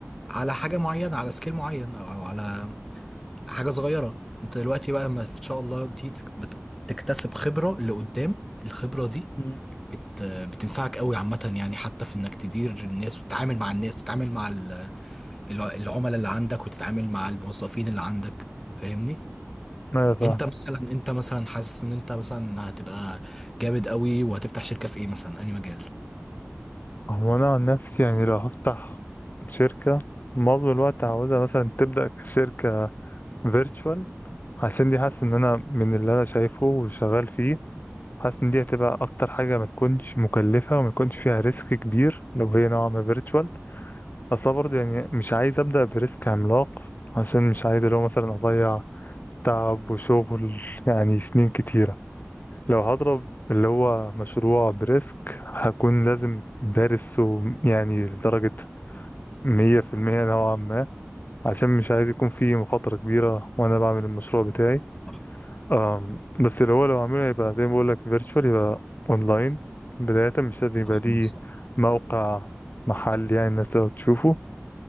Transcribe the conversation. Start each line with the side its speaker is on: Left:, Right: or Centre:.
Centre: على حاجة معينة على سكيل معين او على حاجة صغيرة انت دلوقتي بقى لما ان شاء الله دي تك- بت- تكتسب خبرة لقدام الخبرة دي
Left: مم.
Centre: بت بتنفعك قوي عامة يعني حتى في انك تدير الناس وتتعامل مع الناس تتعامل مع الع- العملاء اللي عندك وتتعامل مع الموظفين اللي عندك فاهمني
Left: ايوه فعلا
Centre: انت مثلا انت مثلا حاسس ان انت مثلا هتبقى جامد قوي وهتفتح شركة في ايه مثلا اي مجال
Left: هو انا عن نفسي يعني لو هفتح شركة معظم الوقت هعوزها مثلا تبدأ كشركة فيرتشوال عشان دي حاسس ان انا من اللي انا شايفه وشغال فيه حاسس ان دي هتبقى اكتر حاجه ما تكونش مكلفه وما يكونش فيها ريسك كبير لو هي نوعا ما فيرتشوال اصلا برضه يعني مش عايز ابدا بريسك عملاق عشان مش عايز اللي هو مثلا اضيع تعب وشغل يعني سنين كتيره لو هضرب اللي هو مشروع بريسك هكون لازم دارسه يعني لدرجه 100% نوعا ما عشان مش عايز يكون فيه مخاطرة كبيرة وأنا بعمل المشروع بتاعي
Centre: صح
Left: أم بس اللي هو لو عامله يبقى زي ما بقول لك فيرتشوال يبقى اونلاين بداية مش لازم يبقى
Centre: صح
Left: ليه
Centre: صح.
Left: موقع محل يعني الناس تقدر تشوفه